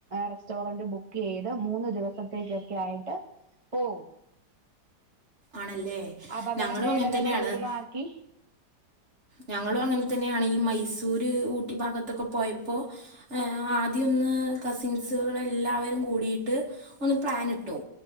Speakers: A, on the right (about 20°); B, on the right (about 40°).
A: റെസ്റ്റോറന്റ് ബുക്ക് ചെയ്ത് മൂന്ന് ദിവസത്തേക്കൊക്കെ ആയിട്ട് പോകും
B: ആണല്ലേ
A: അപകട
B: ഞങ്ങളും
A: മേഖലകൾ
B: അങ്ങനെ തന്നെയാണ്
A: ഒഴിവാക്കി
B: ഞങ്ങളും അങ്ങനെ തന്നെയാണ് ഈ മൈസൂര് ഊട്ടി ഭാഗത്തൊക്കെ പോയപ്പോൾ ആദ്യമൊന്ന് കസിൻസുകൾ എല്ലാവരും കൂടിട്ട് ഒന്ന് പ്ലാനിട്ടു